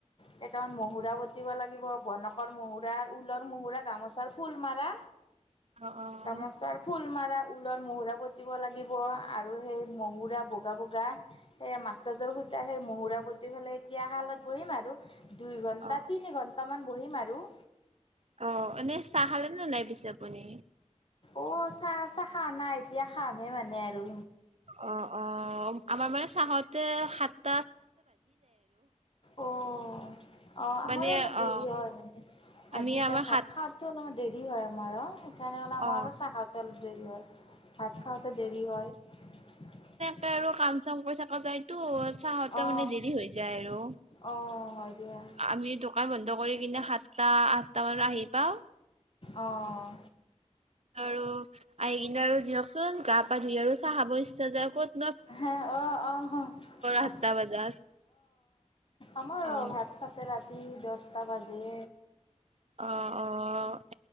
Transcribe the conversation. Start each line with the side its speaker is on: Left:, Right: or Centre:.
Left: কেইটামান মহুৰা বতিব লাগিব, বনকৰ মুহুৰা, ঊলৰ মুহুৰা, গামোচাৰ ফুল মাৰা
Right: অ অ
Left: গামোচাৰ ফুল মাৰা ফুলৰ মুহুৰা বতিব লাগিব আৰু সেই মুহুৰা বগা, বগা সেয় মাছৰাজৰ সূতা সেই মুহুৰা পতি ফেলাই এতিয়া শালত বহিম আৰু। দুই ঘণ্টা,
Right: অ
Left: তিনি ঘণ্টা মান বহিম আ বু
Right: অহ', এনে চাহ খালে নে নাই পিছে আপুনি?
Left: অহ', চাহ-চাহ খাৱা নাই এতিয়া খামেই মানে আৰু।
Right: অ অ আমাৰ মানে চাহতে হাত
Left: অহ', অহ, আমাৰো
Right: মানে
Left: অলপ
Right: অ
Left: দেৰি হয় ভাতকিটা
Right: আমি আমাৰ
Left: ভাত
Right: সাত
Left: খাওঁতে অলমান দেৰি হয় আমাৰ অহ। তেনেহ'লে আমাৰ
Right: অ
Left: আৰু চাহ খাতে দেৰি হয়। ভাত খাওঁতে দেৰি হয়।
Right: তে আৰু কাম-চাম কৰি থকা যায়টো চাহতে
Left: অ
Right: মানে দেৰি হৈ যায় আৰু,
Left: অ হয় দিয়া
Right: আমি দোকান বন্ধ কৰি কিনে সাত আঠটা-আঠটাত আৰু আহি পাওঁ
Left: অ
Right: আৰু আহি কিনে আৰু দিয়কচোন গা-পা ধুই আৰু চাহ খাব ইচ্ছা যায় ক'ত
Left: হে অহ-অহ-অহ,
Right: আঠটা বজাত
Left: আমাৰ
Right: অ
Left: অহ, ভাত খাতে ৰাতি ৰাতি দহটা বাজে।
Right: অহ', অহ। অহ।